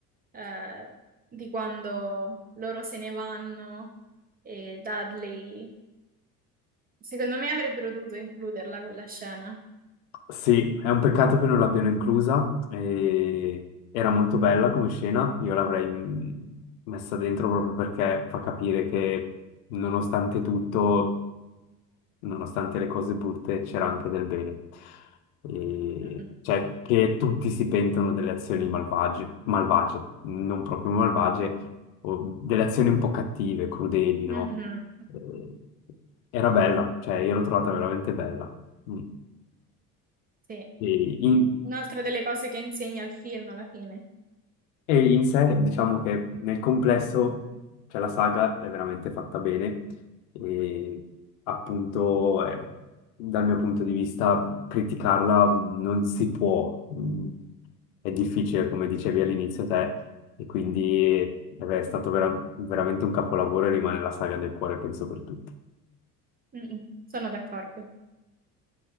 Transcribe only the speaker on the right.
eh, di quando loro se ne vanno e Dudley? Secondo me avrebbero dovuto includerla quella scena.
Mhm.
Mhm.
Sì,
un'altra delle cose che insegna il film alla fine.
Mm-mm. Sono d'accordo.